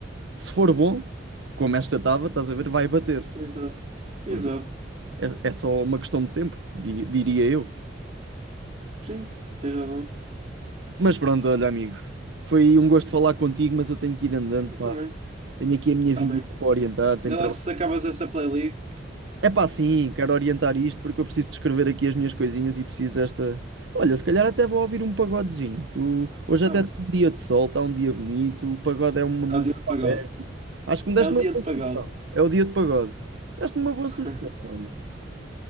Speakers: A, on the right (about 80°); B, on the right (about 40°).
A: se for bom, como esta estava, estás a ver, vai bater.
B: Exato, exato.
A: Portanto, é, é só uma questão de tempo, di- diria eu.
B: Sim, tens razão.
A: Mas pronto, olha, amigo, foi um gosto falar contigo, mas eu tenho que ir andando,
B: Eu
A: pá.
B: Também,
A: Tenho aqui a minha
B: tá
A: vida
B: bem.
A: para orientar, tenho
B: Vê lá
A: trabalho.
B: se acabas essa playlist.
A: É pá, sim, quero orientar isto porque eu preciso de escrever aqui as minhas coisinhas e preciso desta. Olha, se calhar até vou ouvir um pagodezinho. Tu... Hoje
B: Oh,
A: até está um dia de sol, está um dia bonito. O pagode é uma música.
B: está dia de pagode.
A: Acho que me deste
B: É um
A: uma
B: dia
A: boa
B: de pagode.
A: sugestão. É o dia de pagode. Deste-me uma boa
B: <laughs>
A: sugestão, olha.